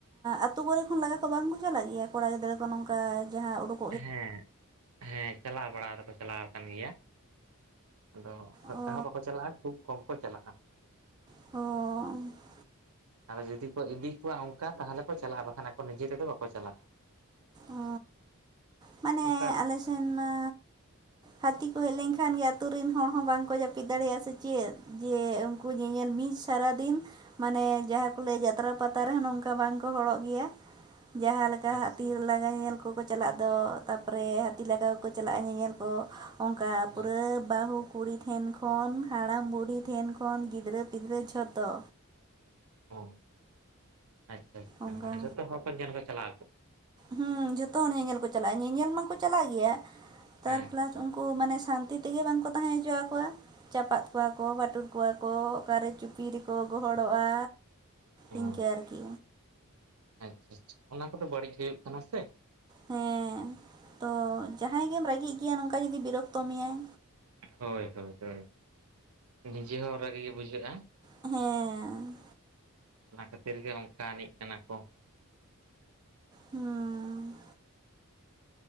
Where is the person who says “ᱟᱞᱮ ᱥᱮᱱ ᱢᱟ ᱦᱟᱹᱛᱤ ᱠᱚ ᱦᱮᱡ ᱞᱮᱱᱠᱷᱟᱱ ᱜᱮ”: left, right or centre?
Right